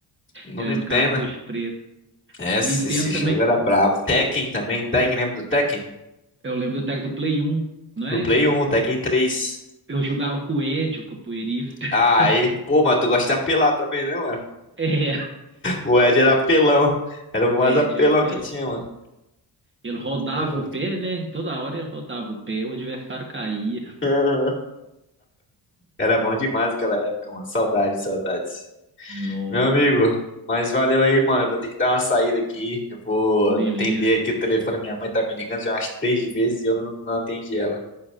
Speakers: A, on the left; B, on the right.
A: No
B: ele
A: Nintendo.
B: era um cartucho preto.
A: Esse,
B: Nintendo
A: esse
B: também,
A: jogo era brabo. Tekken também. Tekken, lembra do Tekken?
B: eu lembro do tag do Play 1, não
A: No
B: é?
A: Play 1, o Tekken três
B: Eu jogava com o Ed, o capoeirista. <laughs>
A: Ah, aí. Pô, mas tu gosta de apelar também, né, mano?
B: É,
A: O Ed era apelão. Era o
B: o
A: mais
B: Ed
A: apelão
B: era pela...
A: que tinha, mano.
B: Ele rodava
A: Era
B: o pé, né? Toda hora ele rodava o pé, o adversário caía.
A: <laughs> Era bom demais aquela época, mano. Saudades, saudades.
B: Nossa.
A: Meu amigo, mas valeu aí, mano. Eu vou ter que dar uma saída aqui. Eu vou
B: Beleza.
A: atender aqui o telefone. Minha mãe tá me ligando já umas três vezes e eu não, não atendi ela.